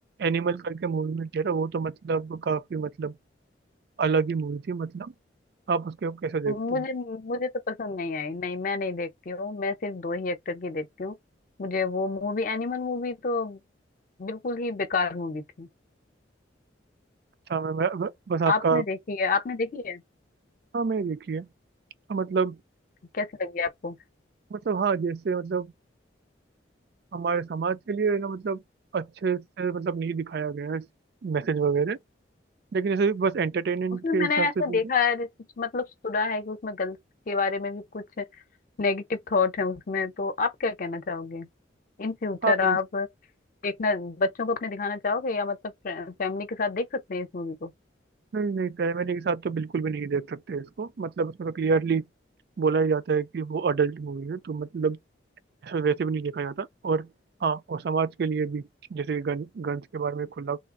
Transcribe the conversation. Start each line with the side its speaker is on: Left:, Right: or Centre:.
Right: एनिमल करके मूवी में किया था वो तो मतलब काफी मतलब अलग ही मूवी थी मतलब आप उसके कैसे
Left: मुझे
Right: देखते हो
Left: मुझे तो पसंद नहीं आई नहीं मैं नहीं देखती हूँ मैं सिर्फ दो ही एक्टर की देखती हूँ मुझे वो मूवी एनिमल मूवी तो बिल्कुल ही बेकार मूवी थी
Right: अच्छा मैं, मैं बस आपका
Left: आपने देखी है आपने देखी है
Right: हाँ मैं देखिए हाँ, मतलब
Left: कैसी लगी आपको
Right: मतलब हाँ जैसे मतलब हमारे समाज के लिए है ना मतलब अच्छे से मतलब नहीं दिखाया गया है मैसेज वगैरह लेकिन ऐसे बस एंटरटेनमेंट
Left: उसमें
Right: के
Left: मैंने
Right: हिसाब
Left: ऐसा
Right: से देखो
Left: देखा है रिसर्च मतलब सुना है कि उसमें गर्ल्स के बारे में भी कुछ नेगेटिव थॉट है उसमें तो आप क्या कहना चाहोगे इन फ्यूचर
Right: हाँ
Left: आप
Right: मैं-
Left: देखना बच्चों को अपने दिखाना चाहोगे या मतलब फैमिली के साथ देख सकते हैं इस मूवी को
Right: नहीं नहीं प्राइमरी के साथ तो बिल्कुल भी नहीं देख सकते इसको मतलब उसमें तो क्लियरली बोला ही जाता है कि वो अडल्ट मूवी है तो मतलब वैसे भी नहीं देखा जाता और हाँ और समाज के लिए भी जैसे गन गन्स के बारे में खुला